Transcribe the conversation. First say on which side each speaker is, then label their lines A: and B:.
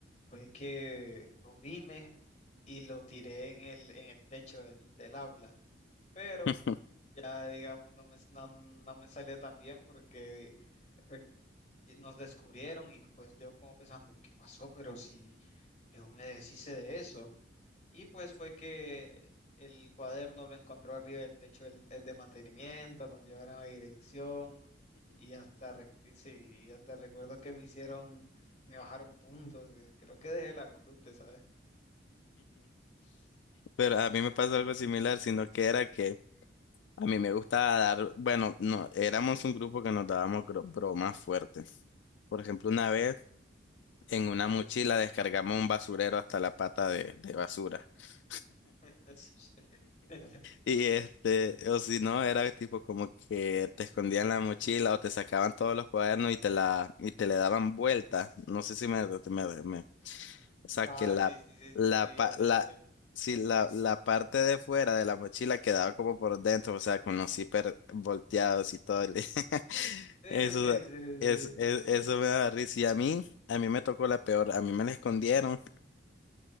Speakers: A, on the left; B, on the left.
A: fue que yo vine y lo tiré en el, en el techo del, del aula, pero
B: <laughs>
A: ya digamos no me, no, no me salió tan bien porque re- nos descubrieron y pues yo como pensando, ¿qué pasó? Pero si yo me deshice de eso. Y pues fue que el cuaderno lo encontró arriba del techo el, el de mantenimiento, nos llevaron a dirección y hasta, re- sí, y hasta recuerdo que me hicieron, me bajaron puntos, eh, creo que dejé la conducta, ¿sabes?
B: Pero a mí me pasó algo similar, sino que era que a mí me gustaba dar, bueno, no, éramos un grupo que nos dábamos gro- bromas fuertes. Por ejemplo, una vez en una mochila descargamos un basurero hasta la pata de, de basura. <laughs>
A: <laughs> Sí, sí. <laughs>
B: Y este, o si no, era tipo como que te escondían la mochila o te sacaban todos los cuadernos y te la, y te le daban vuelta. No sé si me, me, me O sea,
A: Ah,
B: que la,
A: sí, sí, sí,
B: la,
A: sí, sí,
B: pa-
A: ya sé,
B: la,
A: ya sé. <laughs>
B: sí, la, la parte de fuera de la mochila quedaba como por dentro, o sea, con los zíper volteados y todo. le- <laughs>
A: Sí,
B: Eso,
A: sí, sí,
B: es,
A: sí.
B: es-
A: sí.
B: eso me daba risa. Y a mí, a mí me tocó la peor. A mí me la escondieron.